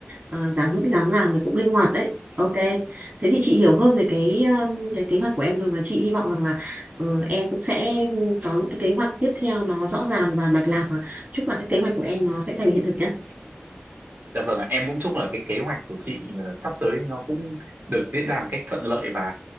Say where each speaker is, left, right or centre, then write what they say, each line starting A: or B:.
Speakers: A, on the right; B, on the right.
A: ờ, dám nghĩ dám làm thì cũng linh hoạt đấy. Ok. Thế thì chị hiểu hơn về cái um, cái kế hoạch của em rồi và chị hy vọng rằng là ờ, em cũng sẽ có những cái kế hoạch tiếp theo nó rõ ràng và mạch lạc và chúc là cái kế hoạch của em nó sẽ thành hiện thực nhé.
B: Dạ vâng, ạ. em cũng chúc là cái kế hoạch của chị ờ, sắp tới nó cũng được diễn ra một cách thuận lợi và